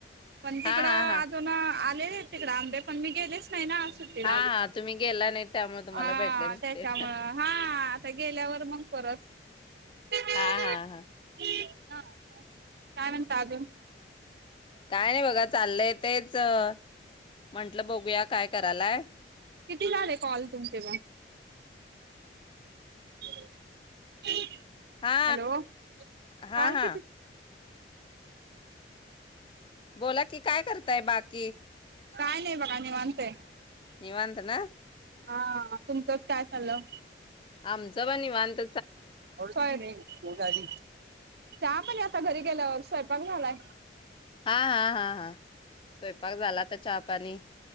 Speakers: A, on the right (about 60°); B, on the left (about 30°).
A: पण
B: हा
A: ते इकडं
B: हा हा
A: अजून आल आलेले तिकडं आंबे पण, मी गेलेच नाही ना सुट्टीला
B: हा
A: अजून
B: हा तुम्ही गेला नाही त्यामुळे तुम्हाला
A: हा
B: भेटले नसतील
A: त्याच्यामुळे हा आता गेल्यावर मग परत ह
B: हा हा हा
A: काय म्हणता अजून?
B: काय नाही बघा चाललंय, तेच म्हंटलं बघूया काय करायलाय.
A: किती झाले कॉल तुमचे पण? <inaudible>
B: हा
A: हॅलो
B: हा
A: कॉल
B: हा
A: किती
B: बोला कि काय करताय बाकी?
A: काय नाही बघा निवांताय.
B: निवांत ना?
A: हा तुमचंच काय चालं?
B: आमच पण निवांत!
A: सॉरी चहा पाणी आता घरी गेल्यावरच सैपाक चांगला आलाय.
B: हा हा हा हा स्वयंपाक झाला आता चहा पाणी